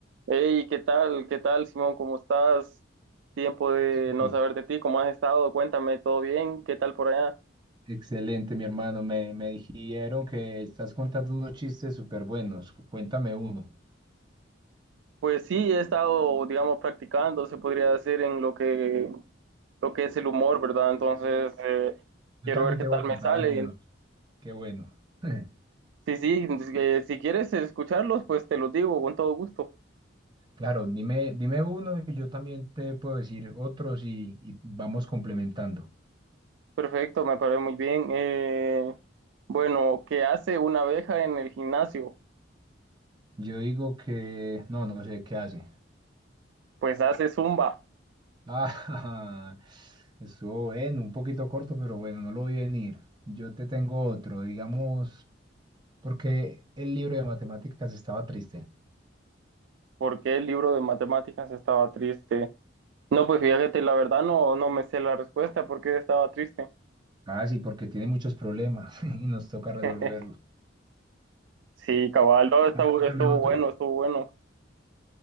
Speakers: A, on the right; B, on the right.
A: Hey, ¿qué tal? ¿Qué tal, Simón? ¿Cómo estás? Tiempo de
B: Súper.
A: no saber de ti. ¿Cómo has estado? Cuéntame, ¿todo bien? ¿Qué tal por allá?
B: Excelente, mi hermano. Me, me dijeron que estás contando unos chistes súper buenos. Cuéntame uno.
A: Pues sí, he estado, digamos, practicando, se podría decir, en lo que, lo que es el humor, ¿verdad? Entonces, eh,
B: Yo
A: quiero
B: también
A: ver qué
B: te
A: tal
B: voy a contar
A: me sale.
B: algunos. Qué bueno. <laughs>
A: Sí, sí, eh, si quieres escucharlos, pues te los digo con todo gusto.
B: Claro, dime, dime uno y yo también te puedo decir otros y, y vamos complementando.
A: Perfecto, me parece muy bien. Eh, bueno, ¿qué hace una abeja en el gimnasio?
B: Yo digo que no, no sé qué hace.
A: Pues hace zumba.
B: Ah, <laughs> estuvo bueno, un poquito corto, pero bueno, no lo vi venir. Yo te tengo otro, digamos, porque el libro de matemáticas estaba triste.
A: ¿Por qué el libro de matemáticas estaba triste? No, pues fíjate, la verdad no, no me sé la respuesta porque estaba triste.
B: Ah, sí, porque tiene muchos problemas <laughs> y nos toca resolverlos.
A: <laughs> Sí, cabal, no, estuvo,
B: Cuéntame
A: estuvo
B: otro.
A: bueno, estuvo bueno.